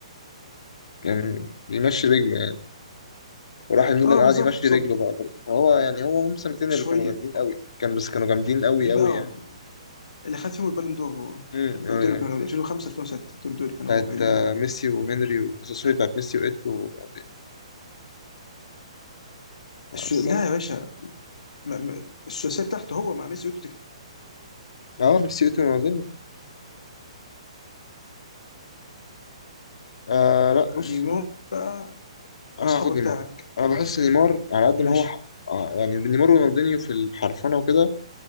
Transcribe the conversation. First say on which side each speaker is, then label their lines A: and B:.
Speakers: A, on the left; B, on the left.
A: كان بيمشي رجله يعني وراح الميلان
B: اه
A: قعد
B: بالظبط
A: يمشي
B: بالظبط
A: رجله بقى برضه هو يعني هو هم سنتين اللي
B: شويه
A: كانوا جامدين قوي كان بس كانوا جامدين قوي قوي
B: اه
A: يعني
B: اللي خد فيهم البالون دور هو
A: امم
B: دول
A: ايوه
B: اللي كانوا 2005 2006 دول دول اللي كانوا
A: بتاعت
B: مرعبين
A: آه، ميسي وهنري و- سوري بتاعت ميسي وايتو ورونالدينيو آه،
B: الس-
A: بس
B: لا
A: انا
B: يا باشا ما- ما- الثلاثيه بتاعته هو مع ميسي وتوتي
A: اه ميسي وايتو ورونالدينيو آه لا بص
B: نيمار بقى
A: انا
B: واصحابه
A: هاخد نيمار
B: بتاعك
A: انا بحس نيمار على قد ما
B: ماشي
A: هو ح... آه يعني نيمار ورونالدينيو في الحرفنه وكده